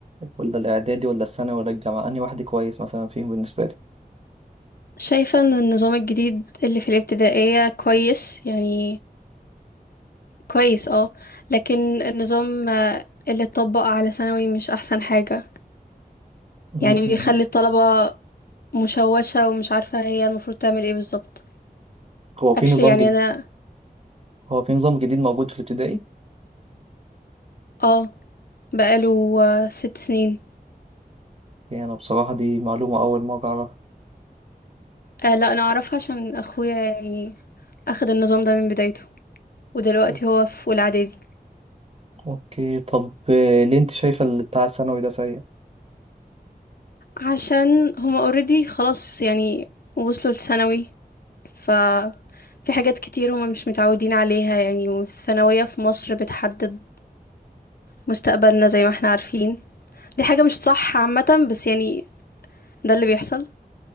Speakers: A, on the right; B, on the left.
A: ولا الإعدادي ولا الثانوي ولا الجامعة أنهي واحد كويس مثلا فيهم بالنسبة لي؟
B: شايفة ان النظام الجديد اللي في الابتدائية كويس يعني كويس اه لكن النظام آه، اللي اتطبق على ثانوي مش احسن حاجة
A: م-
B: يعني بيخلي
A: م.
B: الطلبة مشوشة ومش عارفة هي المفروض تعمل ايه بالظبط
A: هو في
B: actually
A: نظام
B: يعني
A: جديد
B: انا
A: هو في نظام جديد موجود في الابتدائي؟
B: اه بقاله آه، ست سنين
A: يعني أنا بصراحة دي معلومة أول مرة أعرفها
B: آه لا انا اعرفها عشان اخويا يعني اخد النظام ده من بدايته ودلوقتي
A: أو-
B: هو في اولى اعدادي
A: أوكي طب آه، ليه أنت شايفة اللي بتاع الثانوي ده سيء؟
B: عشان هما اوريدي خلاص يعني وصلوا لثانوي ففي حاجات كتير هما مش متعودين عليها يعني والثانوية في مصر بتحدد مستقبلنا زي ما احنا عارفين دي حاجة مش صح عامة بس يعني ده اللي بيحصل